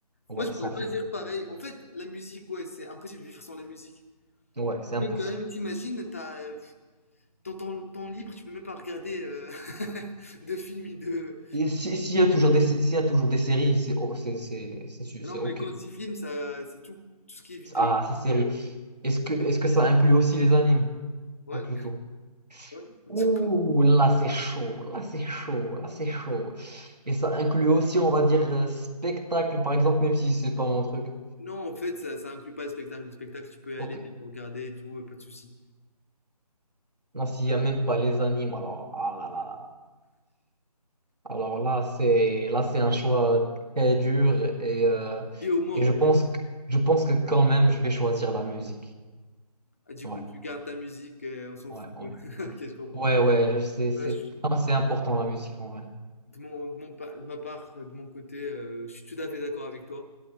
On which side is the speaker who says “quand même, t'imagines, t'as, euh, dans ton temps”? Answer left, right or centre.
Left